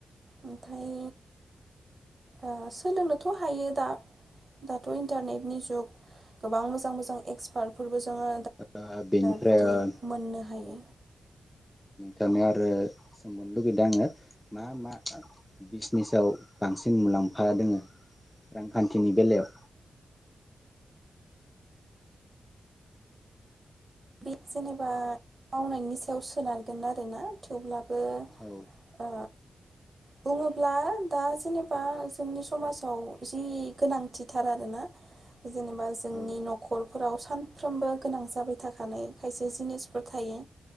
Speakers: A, on the right; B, in the centre.
A: ओमफ्राय ओ सोलोंनोथ' हायो दा दाथ' इन्टारनेटनि जुग गोबां मोजां मोजां एक्सपार्टफोरबो जोङो
B: दा बेनिफ्राय
A: बिदि
B: ओ
A: मोननो हायो
B: दानिया आरो सोंबावनो लुगैदों आङो मा मा बिजनेसाव बांसिन मुलाम्फा दोङो रांखान्थिनि बेलायाव
A: बे जेनेबा मावनायनि सायाव सोनारगोन आरोना थेवब्लाबो
B: औ
A: ओ औ बुङोब्ला दा जेनेबा जोंनि समाजाव जि गोनांथिथार आरो ना जेनेबा जोंनि
B: औ
A: न'खरफोराव सानफ्रोमबो गोनां जाबाय था थानाय खायसे जिनिसफोर थायो